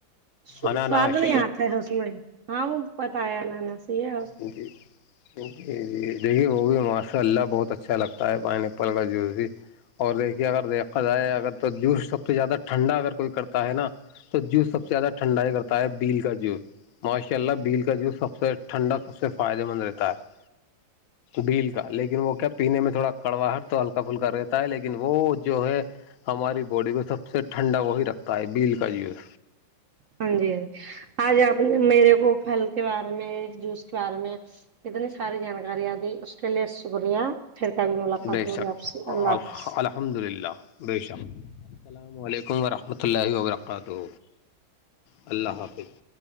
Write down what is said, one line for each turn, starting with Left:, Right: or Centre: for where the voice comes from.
Right: سواد
Left: اناناش
Right: نہیں آتا میں ہاں وہ پتایا ن نا صی ہے
Left: جی جی جی دیکھیے وہ بھی ماشاء اللہ بہت اچھا لگتا ہے پ نے پل کا جوس بھی اور دیکھیے اگر دیکھا جائے اگر تو جوس سب سے زیادہ ٹھنڈا اگر کوئی کر ہے نا تو جوس سب سے زیادہ ٹھنڈا ہی کرتا ہے بیل کا جوس ماشاء اللہ بیل کا جو سب سے ٹھنڈا سب سے فائدے مند رہتا ہے بیل کا لیکن وہ کیا پینے میں تھوڑا کڑواہٹ تو ہلکا پھلکا رہتا ہے لیکن وہ جو ہے ہماری باڈی کو سب سے ٹھنڈا وہی رکھتا ہے بیل کا یوز
Right: ہاں جی ہاں جی آج آپ نے میرے کو پھل کے بارے میں جوس کے بارے میں کتنی ساری جانکارییاںد اس کے لیے شکریہ پھر کاب بھی ملاقات
Left: بے
Right: دو
Left: شک
Right: گیا آپ سے اللہ حافظ
Left: الحمد للہ بے شک السلام علیکم ورحمۃ اللہ وبرکاتہ اللہ حافظ